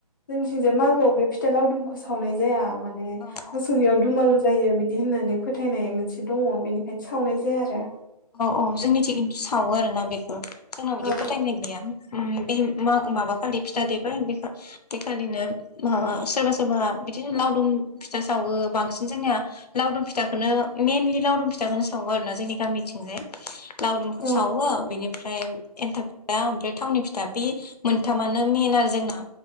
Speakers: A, on the left; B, on the left.
A: जोंनिथिंजाय मागोआव बे फिथा लावदुमखौ सावनाय जाया माने
B: औ औ
A: मोसौनियाव दुमालु जायो होननानै फोथायनाय मोनसे दङ बेनिखायनो सावनाय जाया आरो
B: औ-औ जोंनिथिं सावो आरोोना बेखौ जोंनाव
A: औ
B: बिदि फोथायनाय गैया बे माबाखालि फिथा देबाय बे बेखालिनो सोरबा सोरबा बिदिनो लावदुम फिथा सावो बांसिन जोंनिया लावदुम फिथाखोननो मेनलि लावदुम फिथाखौनो सावोण ना जोंनि गामिथिंजाय लावदुमखौ
A: औ
B: सावो बेनिफ्राय एन्थाब फिथा ओमफ्राय थावनि फिथा बे मोनथामानो मेन आरो जोंना